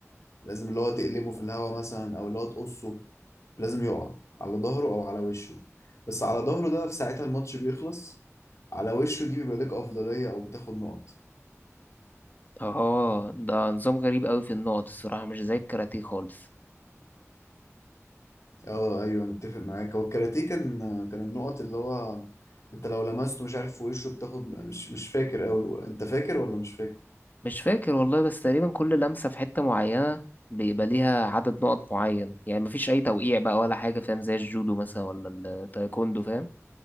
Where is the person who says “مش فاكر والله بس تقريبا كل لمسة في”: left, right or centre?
Left